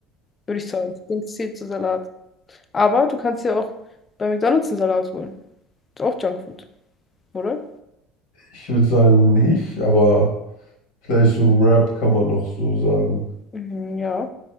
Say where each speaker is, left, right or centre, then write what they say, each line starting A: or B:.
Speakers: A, on the left; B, on the left.
A: würde ich sagen. Ich denke, es zählt zu Salat. Aber du kannst ja auch bei McDonald's einen Salat holen. Ist auch Junkfood, oder?
B: Ich würde sagen nicht, aber vielleicht so ein Wrap kann man noch so sagen.
A: Mhm, ja.